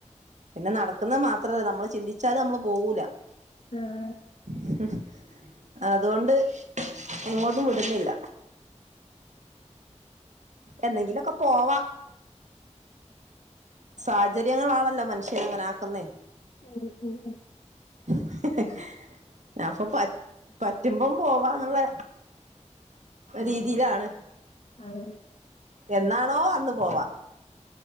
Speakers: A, on the right (about 70°); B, on the left (about 65°).
A: പിന്നെ നടക്കുന്നെമാത്രല്ല നമ്മള് ചിന്തിച്ചാല് നമ്മള് പോവൂല.
B: ഉം.
A: ഉം അതോണ്ട് എങ്ങോട്ടും വിടുന്നില്ല. എന്നെങ്കിലൊക്കെ പോവ. സാഹചര്യങ്ങളാണല്ലോ മനുഷ്യരെ ഇങ്ങനെ ആക്കുന്നെ.
B: ഉം ഉം ഉം ഉം.
A: എ എ ഏഹ് അപ്പൊ പ പറ്റുമ്പം പോവാന്നുള്ള രീതിയിലാണ്.
B: <unintelligible>
A: എന്നാണോ അന്ന് പോവാ.